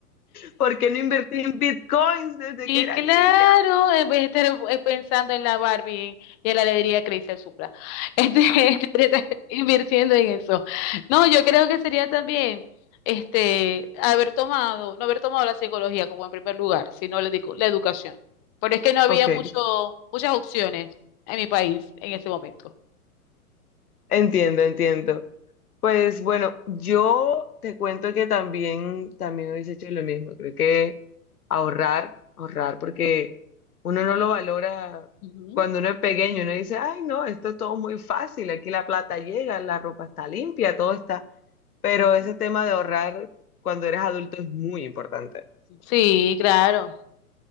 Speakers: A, on the left (about 75°); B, on the left (about 30°).
A: ¿Por qué no invertí en bitcoins desde
B: Sí,
A: que era
B: claro,
A: niña?
B: en vez de estar eh, pensando en la Barbie y en la alegría que le hice el Supra. Este, <laughs> de estar invirtiendo en eso. No, yo creo que sería también este haber tomado, no haber tomado la psicología como en primer lugar, sino la, edu- la educación. Pero es que no había
A: Ok,
B: mucho, muchas opciones en mi país en ese momento.
A: entiendo, entiendo. Pues bueno, yo te cuento que también, también hubiese hecho lo mismo. Creo que ahorrar, ahorrar, porque uno no lo valora
B: Ujú,
A: cuando uno es pequeño. Uno dice, ay, no, esto es todo muy fácil. Aquí la plata llega, la ropa está limpia, todo está pero
B: ujú.
A: ese tema de ahorrar cuando eres adulto es muy importante.
B: Sí, claro.